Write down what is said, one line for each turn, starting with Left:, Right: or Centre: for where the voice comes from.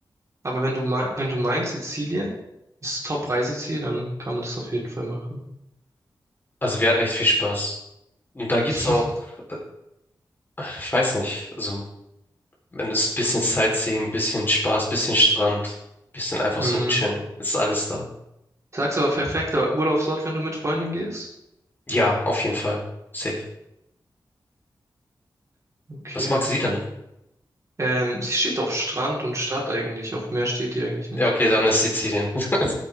Right: Aber wenn du mei- wenn du meinst, Sizilien ist Top-Reiseziel, dann kann man das auf jeden Fall machen.
Left: Also wir hatten echt viel Spaß. Und da gibt's
Right: <laughs>
Left: auch, äh, ich weiß nicht, also wenn es ein bisschen Sightseeing, bisschen Spaß, bisschen Strand, bisschen einfach
Right: Mhm.
Left: so chillen, ist alles da.
Right: Sagst aber perfekt, aber Urlaubsort, wenn du mit Freundin gehst?
Left: Ja, auf jeden Fall. Safe.
Right: Okay,
Left: Was magst
Right: okay.
Left: du denn?
Right: Ähm, sie steht auf Strand und Stadt eigentlich. Auf Meer steht die eigentlich nicht.
Left: Ja, okay, dann ist Sizilien. <laughs>